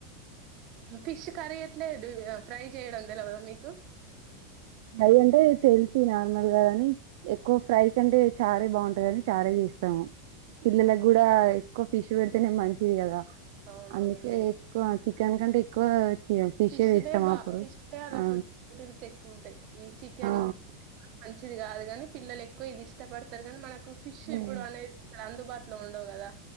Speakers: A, on the right; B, on the right.
A: మ్ ఫిష్ కర్రీ ఎట్లే మ్ ఫ్రై చేయడం తెలువదా మీకు
B: ఫ్రై అంటే తెలిసిగ నార్మల్ గాని ఎక్కువ ఫ్రై కంటే చారే బాగుంటది కాని చారే ఇస్తాం పిల్లలకి కూడా ఎక్కువ ఫిష్ పెడితేనే మంచిది కదా
A: అవునవును.
B: అందుకే ఎక్కువ చి కనుకంటే ఎక్కువ ఫిష్
A: ఫిష్ినే
B: చేస్తాం
A: బా
B: అప్పుడు
A: ఫిష్ అలా
B: ఆ
A: కొంచెం ప్రోటీన్స్ ఎక్కు ఉంటాయ్ ఈ చికెన్
B: ఆ!
A: మంచిది కాదు కాని పిల్లలు ఎక్కువ ఇది ఇష్టపడతారు కానీ మనకు ఫిష్
B: హ్మ్.
A: ఇప్పుడు అనేది అందుబాటులో ఉండవు కదా